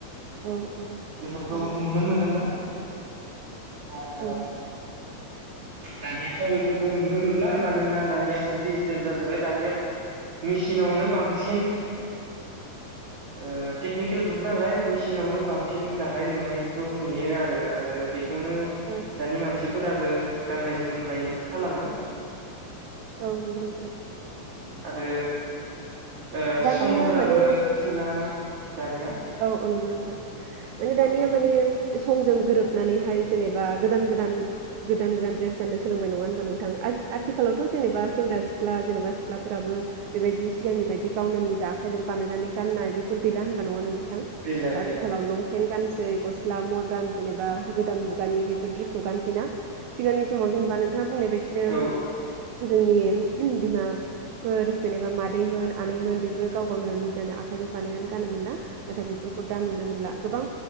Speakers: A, on the right; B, on the right.
A: औ
B: बेफोरखौ
A: औ
B: नुनो मोनोमोन। <unintelligible>
A: औ
B: दानियाथ बेफोरखौ नुनो मोनला मानोना दानिया सब डिजिटेल जाजोबबाय दानिया मेसिनावनो बांसिन
A: औ
B: ओ टेकनिकेल जुग नालाय मेसिनावनो बांसिन दानाय लुनायखौ नुयो आरो आरो बे खौनो
A: औ
B: दानि मानसि फोराबो गाननाय-जोमनाय खालामो
A: औ नंगौ नोंथां
B: आरो ओ
A: दानिया
B: समफोराबो
A: माने
B: थोलाना दानिया
A: औ औ नंगौ नोंथां माने दानिया
B: औ
A: माने समजों गोरोबनानैहाय जेनेबा गोदान गोदान गोदान गोदान ड्रेस गाननो सोलोंबाय नङा होनबा नोंथां आथिखालावथ' जे-जेनेबा सेंग्रा सिख्ला जेनेबा सिख्लाफोराबो बेबायदि सिगांनि बायदि गावनो निजा आखाइजों बानायनानै गाननाय बेफोर गैला होनबा नङा नों थां
B: गैला
A: आथिखालाव
B: गैला
A: लंपेन्ट गान ओइ गस्ला मदार्न जेबा गोदान मुगानि बेफोर द्रेसखौ गानसै ना सिगांनि समाव जेनेबा नों नोंथाङा बुंनाय बायदिनो
B: औ
A: जोंनि उम बिमाफोर जेनेबा मादैमोन आनैमोन बेफोरो गाव गावनो निजानो आखाइजों बानायनानै गानोमोना नाथाय बेफोरखौ दा नुनो मोनला गोबां